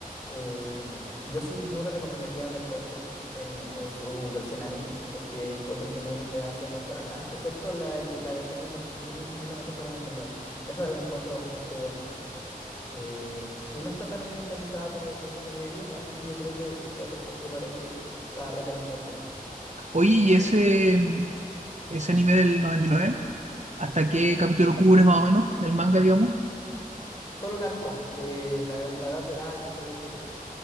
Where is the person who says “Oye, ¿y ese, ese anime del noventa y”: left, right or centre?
Right